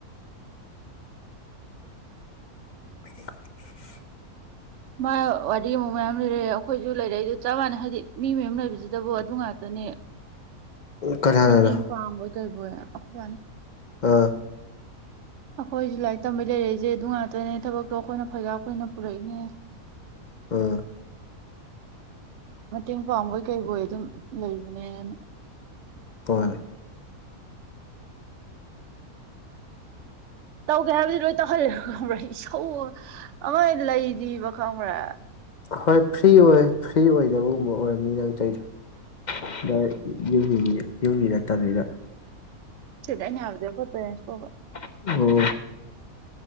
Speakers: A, on the left (about 55°); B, on the right (about 65°).
A: <unintelligible>
B: ꯃꯥ ꯋꯥꯔꯤ ꯑꯃꯨꯛ ꯃꯌꯥꯝ ꯂꯤꯔꯛꯑꯦ ꯑꯩꯈꯣꯏꯁꯨ ꯂꯩꯔꯛꯏꯁ‌ꯦ ꯆꯞ ꯃꯥꯟꯅꯩ ꯍꯥꯏꯗꯤ ꯃꯤ ꯃꯌꯨꯝ ꯂꯩꯕꯁꯤꯗꯕꯨ ꯑꯗꯨ ꯉꯥꯛꯇꯅꯦ
A: ꯀꯅꯥꯅꯅꯣ
B: ꯃꯇꯦꯡ ꯄꯥꯡꯕꯣꯏ ꯀꯩꯕꯣꯏ ꯑꯩꯈꯣꯏꯕꯥꯅ
A: ꯑꯥ
B: ꯑꯩꯈꯣꯏꯁꯨ ꯂꯥꯏꯔꯤꯛ ꯇꯝꯕꯩ ꯂꯩꯔꯛꯏꯁꯦ ꯑꯗꯨ ꯉꯥꯛꯇꯅꯦ ꯊꯕꯛꯇꯣ ꯑꯩꯈꯣꯏꯅ ꯐꯩꯒꯥꯛ ꯐꯩꯅ ꯄꯨꯔꯛꯏꯅꯦ
A: ꯑꯥ
B: ꯃꯇꯦꯡ ꯄꯥꯡꯕꯣꯏ ꯀꯩꯕ‌ꯣꯏ ꯑꯗꯨꯝ ꯂꯩꯕꯅꯦꯅ
A: ꯍ‌ꯣꯏ
B: ꯇꯧꯒꯦ ꯍꯥꯏꯕꯗꯤ ꯂꯣꯏ ꯇꯧꯍꯜꯂ‌ꯦ ꯈꯪꯕ꯭ꯔꯥ ꯏꯁꯧ ꯑꯃ ꯂꯩꯔꯤꯕ ꯈꯪꯕ꯭ꯔ
A: ꯍꯣꯏ ꯐ꯭ꯔꯤ ꯑꯣꯏ ꯐ꯭ꯔꯤ ꯑꯣꯏꯗꯕꯒꯨꯝꯕ ꯑꯣꯏꯔꯝꯅꯤ ꯅꯪ ꯇꯧꯔꯤꯗ‌ꯣ ꯍ‌ꯣꯏ ꯌꯨꯝ ꯌꯨꯝꯒꯤ ꯅꯠꯇꯕꯅꯤꯅ
B: ꯅꯠꯇ‌ꯦꯗ ꯑꯩꯅ ꯍꯥꯏꯕꯗꯤ ꯑꯩꯈ‌ꯣꯏ ꯄ‌ꯦꯔ‌ꯦꯟꯁ ꯀꯧ
A: <unintelligible>